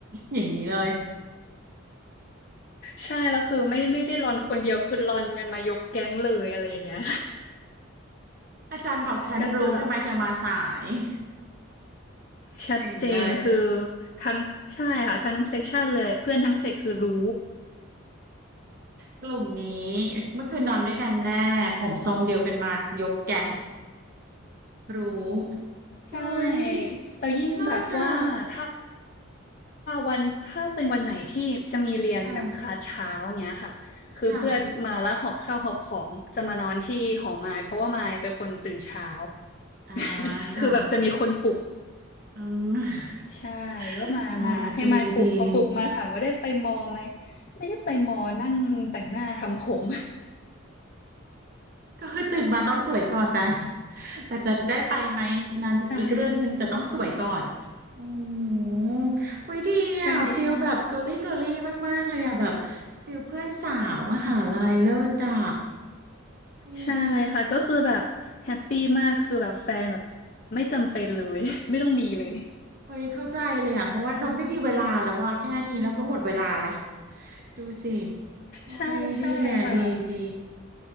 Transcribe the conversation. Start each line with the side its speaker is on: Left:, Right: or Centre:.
Right: อย่างนี้เลย
Left: ใช่แล้วคือไม่ไม่ได้รอนคนเดียวคือรอนกันมายกแก๊งเลยอะไรอย่างเงี้ย
Right: อาจารย์บอกฉันรู้ทำไมเธอมาสาย
Left: <laughs> ก็คือแบบ
Right: <laughs>
Left: ชัดเจนคือ
Right: อย่างนี้เลย
Left: ทั้งใช่ค่ะทั้งเซกชันเลยเพื่อนทั้งเซกคือรู้
Right: กลุ่มนี้เมื่อคืนนอนด้วยกันแน่ผมทรงเดียวกันมายกแก๊งรู้โอ้ย
Left: ใช่แล้วยิ่งแบบว่าถ้า
Right: เลิศอ่ะ
Left: วันถ้าเป็นวันไหนที่จะมีเรียนแบบคลาสเช้าเงี้ยค่ะคือเพื่อนมาแล้วหอบข้าวหอบของจะมานอนที่หอมายเพราะว่ามายเป็นคนตื่นเช้า
Right: ค่ะค่ะอ่า
Left: <laughs>
Right: ค่ะ
Left: คือแบบจะมีคนปลุก
Right: อืม
Left: ใช่ก็มามาให้มายปลุกพอปลุกมาถามว่าได้ไปมอไหม
Right: <laughs> อ๋อดีดี
Left: ไม่ได้ไปมอนั่งแต่งหน้าทำผม
Right: ก็คือตื่นมาต้องสวยก่อนแต่ <laughs> แต่จะได้ไปไหมนั้นอีกเรื่องหนึ่งแต่ต้องสวยก่อนโอ้โ
Left: ใช่
Right: หเฮ้ยดีอ่ะฟิลแบบเกิร์ลลี่เกิร์ลลี่มากๆเลยอ่ะแบบ
Left: ใช่ใช่
Right: ฟิลเพื่อนสาวมหาลัยเลิศอ่ะดีดี
Left: ใช่ค่ะก็คือแบบแฮปปี้มากคือแบบแฟนแบบไม่จำเป็นเลย <laughs> ไม่ต้องมีเลย
Right: เฮ้ยเข้าใจเลยอ่ะเพราะว่าเราไม่มีเวลาแล้วอ่ะแค่นี้เราก็หมดเวลาละดูสิโอ้ยดีอ่ะดีดี
Left: ใช่ใช่ค่ะแบบ